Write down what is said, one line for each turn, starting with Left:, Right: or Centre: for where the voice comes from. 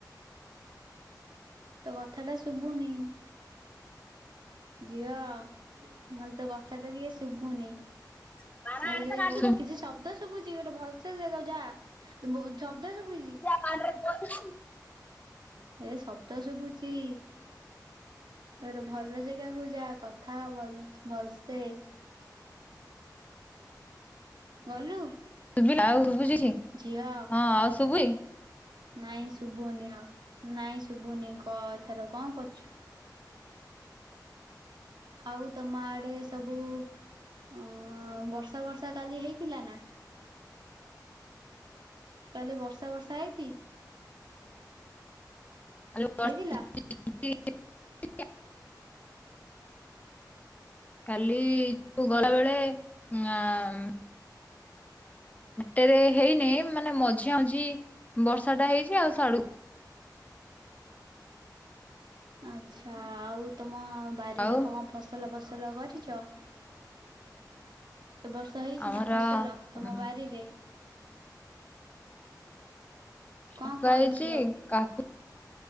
Right: ତ କଥା ଟା ଶୁଭୁନି। ଝିଅ ମୋତେ କଥା ଟା ଟିକିଏ ଶୁଭୁନି।
Left: ଶୁଭିଲା
Right: ଆଇର୍ ଓ କିଛି ଶବ୍ଦ ଶୁଭୁଛି ଗୋଟେ ଭଲସେ ଜାଗାକୁ ଯା, ବହୁତ ଶବ୍ଦ ଶୁଭୁଛି।
Left: <unintelligible>
Right: ଏ ଶବ୍ଦ ଶୁଭୁଛି? ଗୋଟେ ଭଲ ଜାଗାକୁ ଯା କଥା ହୋ ଭଲ-ଭଲସେ। ଗଲୁ
Left: ଶୁଭିଲା ଆଉ ଶୁଭୁଚି କିଛି
Right: ଝିଅ
Left: ହଁ ଆଉ ଶୁଭୁଇ
Right: ନାଇଁ ଶୁଭୁନି ଆଉ ନାଇଁ ଶୁଭୁନି କ ଏଥର କଣ କରୁଛୁ? ଆଉ ତମ ଆଡ଼େ ସବୁ ଅଁ ବର୍ଷା ଫର୍ଷା କାଲି ହେଇଥିଲା ନା? ତାହେଲେ ବର୍ଷା ବର୍ଷା ହେଇଛି।
Left: <unintelligible>
Right: ହେଇଥିଲା?
Left: କାଲି ତୁ ଗଲା ବେଳେ ଉଁ ଆଁ ଟେରେ ହେଇନି ମାନେ ମଝିଆଁ ମଝି ବର୍ଷା ଟା ହେଇଛି ଆଉ ସାଡ଼ୁକୁ
Right: ଆଛା ଆଉ ତମ ବାରିରେ
Left: ଆଉ
Right: ପମ ଫସ ଫସଲ ଫସଲ କରିଛ। <inaudible> ଏବର୍ଷ ହେଇଛି
Left: ଆମର
Right: ନା ଫସଲ ତମ
Left: ହୁଁ
Right: ବାରିରେ? ଙ୍କ
Left: ଲଗା
Right: ଙ୍କ
Left: ହେଇଛି
Right: ହେଇଚି ସବୁ?
Left: କାକୁ